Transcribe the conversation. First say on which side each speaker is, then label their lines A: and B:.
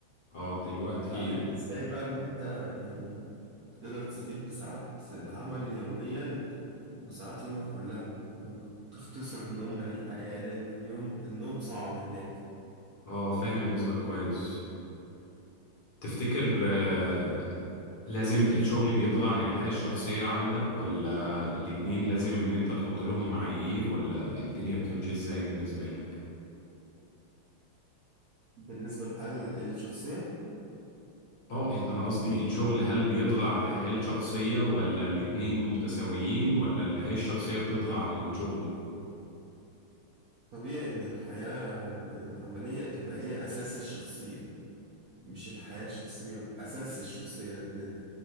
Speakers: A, on the left; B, on the right.
A: اه دلوقتي
B: اتعلمت إزاي بقى إن أنت يعني تقدر تستفيد بساعات العمل يوميا وساعات يومك كلها وتختصر النوم من الحياة لأن اليوم النوم صعب هناك
A: اه فاهم قصدك كويس تفتكر آه لازم الشغل بيضغى عن الحياة الشخصية عندك ولا الاتنين لازم إن أنت تحط لهم معايير ولا الدنيا بتمشي إزاي بالنسبة لك؟
B: بالنسبة للحياة الشخصية
A: اه ال- انا قصدي الشغل هل بيطغى على الحياة الشخصية ولا الاتنين متساويين ولا الحياة الشخصية بتطغى على الشغل
B: طبيعي إن الحياة العملية تبقى هي أساس الشخصية مش الحياة الشخصية أساس الشخصية لأن